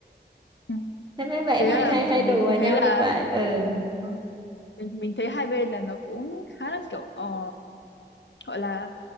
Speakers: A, on the left; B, on the right.
A: ừ.
B: thế mấy bạn
A: thế
B: hay
A: là
B: hay hay
A: kiểu mình
B: đùa
A: cũng thấy
B: nhau
A: là
B: như vậy ừ
A: ờ, mình mình thấy hai bên là nó cũng khá là kiểu ờ, gọi là